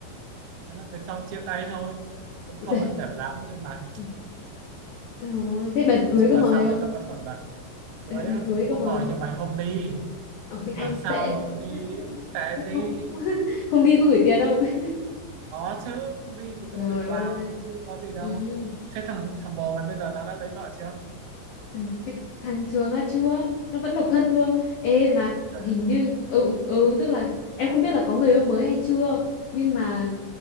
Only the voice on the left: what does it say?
Chứ
đây-
Ừ. <laughs> Ôi, thế đợt
cưới
có
mời
không
đợt,
đợt cưới
có
mời
không
Ôi anh
tệ thế.
Thế- thế-
thế
không <laughs> không đi có gửi tiền không <laughs>
trời
ơi
ừ.
thằng, thằng- cái thằng Trường á chưa nó vẫn độc thân luôn ê mà
hình như ừ ừ tức là em không biết là có người yêu mới hay chưa nhưng mà